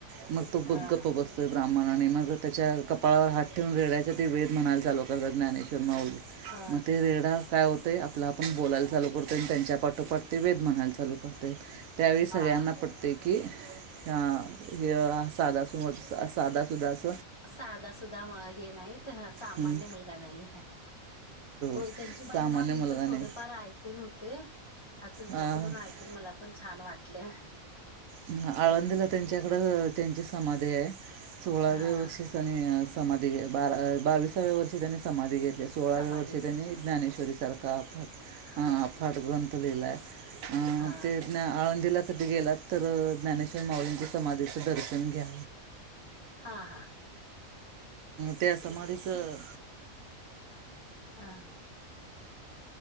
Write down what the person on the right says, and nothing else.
मग तो
बग्गप बसतो. ब्राह्मणा आणि मग त्याच्या कपाळावर हात ठेवून रेड्याचा ते वेद म्हणायला चालू करतात ज्ञानेश्वर माऊली
म रेढा काय होतें आपला आपण बोलायला चालू करतो आणि त्यांच्या पाठोपाठ ते वेद म्हणायला चालू करते. त्यावेळी सगळ्यांना
पडतो की ह हे साध सु साधा सुधा अस.
हं.
सामान्य
मुलगा
नाही
आ-
ह आळंदीला त्यांच्याकड त्यांची समाधी आहे सोळाव्या
वर्षी नी समाधी बारा बावीसाव्या वर्षी त्यांनी समाधी घेतली सोळाव्या
वर्षी
त्यांनी ज्ञानेश्वरीसारखा अफाट
अफाट ग्रंथ लिहिला आहे. अ
ते आळंदीला कधी गेलात तर ज्ञानेश्वर माऊजंच्या समाधीचं दर्शन घ्या.
त्या समाधसं.